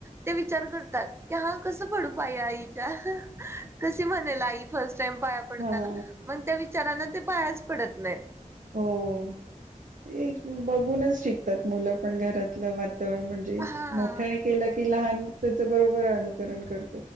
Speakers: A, on the right (about 20°); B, on the right (about 75°).
A: ते विचार करतात कि हा -- कस पडू पाया आईच्या कशी म्हणेल आई फर्स्ट टाईम पाया पडताना
B: हा
A: मग त्या वि चारांना ते पायाच पडत नाही.
B: हो. ते बघूनच शिकतात मुलं. पण घरातलं वातावरण म्हणजे
A: हां,
B: मोठ्याने केलं की लहान त्याच बरोबर आणूकर -- ण कर.